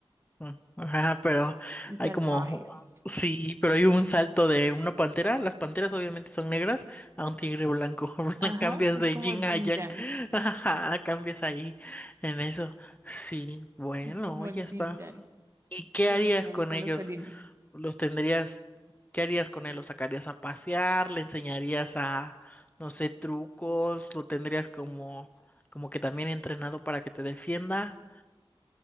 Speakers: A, on the left; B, on the right.
A: Mm, Ajá, pero
B: y salvajes.
A: hay como, sí, pero hay un salto de una pantera. Las panteras obviamente son negras a un tigre blanco. <laughs> Blan-
B: Ajá,
A: Cambias
B: es
A: de
B: como
A: yin
B: el Jin
A: a yang.
B: Yang,
A: <laughs> Ajá, cambias ahí en eso. Sí, bueno,
B: es como
A: ya
B: el
A: está.
B: Jin Yang,
A: ¿Y qué
B: pero
A: harías
B: sí me
A: con
B: gustan
A: ellos?
B: los felinos.
A: ¿Los tendrías, qué harías con él? ¿Lo sacarías a pasear? ¿Le enseñarías a, no sé, trucos? ¿Lo tendrías como, como que también entrenado para que te defienda?